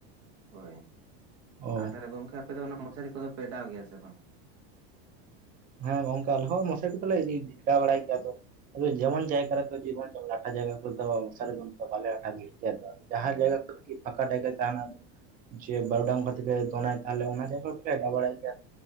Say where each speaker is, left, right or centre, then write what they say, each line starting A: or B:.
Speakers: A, on the right (about 75°); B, on the right (about 25°).
A: ᱦᱳᱭ
B: ᱚ
A: ᱟᱨ ᱛᱟᱦᱚᱞᱮ ᱜᱚᱢᱠᱮ ᱟᱯᱮ ᱫᱚ ᱚᱱᱟ ᱢᱚᱥᱟᱨᱤ ᱠᱚᱫᱚ ᱯᱮ ᱮᱰᱟᱣ ᱜᱮᱭᱟ ᱥᱮ ᱵᱟᱝ?
B: ᱦᱮᱸ ᱜᱚᱝᱠᱮ ᱟᱞᱮ ᱦᱚ ᱢᱟᱥᱟᱨᱤ ᱠᱚᱫᱚ ᱞᱮ ᱤᱫᱤ ᱮᱰᱟᱣ ᱵᱟᱲᱟᱭ ᱜᱮᱭᱟ ᱟᱫᱚ᱾ ᱟᱫᱚ ᱡᱮᱢᱚᱱ ᱡᱟᱭᱜᱟ ᱨᱮ ᱫᱚ ᱡᱤᱵᱚᱱ ᱡᱮ ᱞᱟᱴᱟ ᱡᱟᱭᱜᱟ ᱠᱚᱨᱮ ᱫᱚ ᱢᱚᱥᱟᱨᱤ ᱫᱚ ᱚᱱᱠᱟ ᱵᱟᱞᱮ ᱟᱹᱰᱟᱣ ᱜᱮᱭᱟ᱾ ᱴᱷᱤᱠ ᱜᱮ ᱟᱫᱚ ᱡᱟᱦᱟᱸ ᱡᱟᱭᱜᱟ ᱠᱚᱨᱮ ᱜᱮ ᱯᱷᱟᱸᱠᱟ ᱡᱟᱭᱜᱟ ᱛᱟᱦᱮᱱᱟ ᱡᱮ ᱵᱟ. ᱨᱩᱰᱟᱝ ᱠᱷᱟ. ᱛᱤᱨ ᱛᱮ ᱫᱚᱱᱟᱭ ᱛᱟᱦᱚᱞᱮ ᱚᱱᱟ ᱡᱟᱭᱜᱟ ᱨᱮᱫᱚ ᱞᱮ ᱟᱰᱟᱣ ᱵᱟᱲᱟᱭ ᱜᱮᱭᱟ